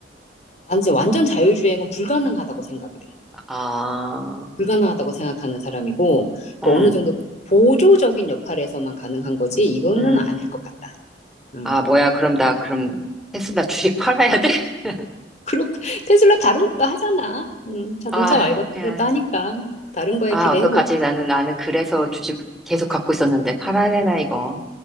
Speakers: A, on the left; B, in the centre.
A: 난 이제 완전 자율주행은 불가능하다고 생각을 해.
B: 아,
A: 불가능하다고 생각하는 사람이고, 그
B: 응,
A: 어느 정도 보조적인 역할에서만 가능한 거지, 이거는
B: 음.
A: 아닐 것 같다. 음.
B: 아, 뭐야, 그럼 나, 그럼 테슬라 주식 팔아야 돼? <laughs>
A: 그렇 테슬라 다른 것도 하잖아. 음, 자동차
B: 아,
A: 말고 다른
B: 그냥,
A: 것도 하니까 다른 거에
B: 아,
A: 기대해보자.
B: 어떡하지? 나는, 나는 그래서 주식 계속 갖고 있었는데 팔아야 되나, 이거?